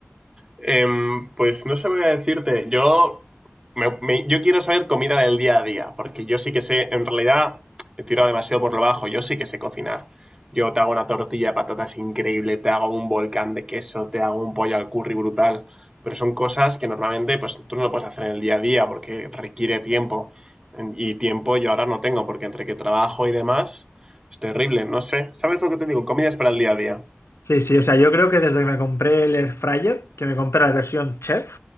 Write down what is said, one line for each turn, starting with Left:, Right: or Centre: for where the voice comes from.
Right: Em, pues no sabría decirte. Yo, me- me- yo quiero saber comida del día a día, porque yo sí que sé, en realidad he tirado demasiado por lo bajo, yo sí que sé cocinar. Yo te hago una tortilla de patatas increíble, te hago un volcán de queso, te hago un pollo al curry brutal, pero son cosas que normalmente pues tú no lo puedes hacer en el día a día porque requiere tiempo. En- Y tiempo yo ahora no tengo, porque entre que trabajo y demás, es terrible, no sé. ¿Sabes lo que te digo? Comidas para el día a día.
Left: Sí, sí, o sea, yo creo que desde que me compré el Air Fryer, que me compré la versión chef,